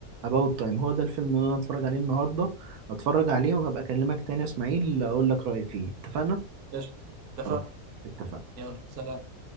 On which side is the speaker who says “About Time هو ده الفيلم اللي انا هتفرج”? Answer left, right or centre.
Right